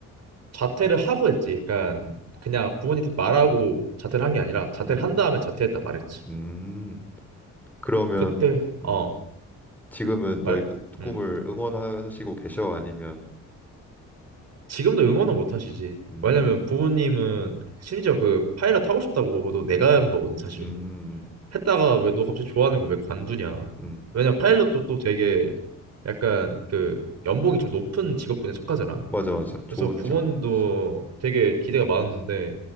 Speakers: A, on the right; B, in the centre.
A: 자퇴를 하고 했지. 약간 그냥 부모님한테 말하고 자퇴를 한 게 아니라 자퇴를
B: 음,
A: 한 다음에 자퇴했다 말했지.
B: 음. 그러면
A: 그때
B: 음,
A: 어,
B: 지금은
A: 말,
B: 너의 꾸- 꿈을
A: 음.
B: 응원하시고 계셔? 아니면
A: 지금도 응원은 못 하시지.
B: 음,
A: 왜냐면 부모님은 심지어 그 파일럿 하고 싶다고도 내가 한 거거든 사실.
B: 음,
A: 했다가 왜 너 갑자기 좋아하는 거 왜 관두냐.
B: 음,
A: 왜냐면 파일럿도 또 되게 약간 그 연봉이 좀 높은 직업군에 속하잖아.
B: 맞아, 맞아. 좋은
A: 그래서 부모님도
B: 직업군이지.
A: 되게 기대가 많았는데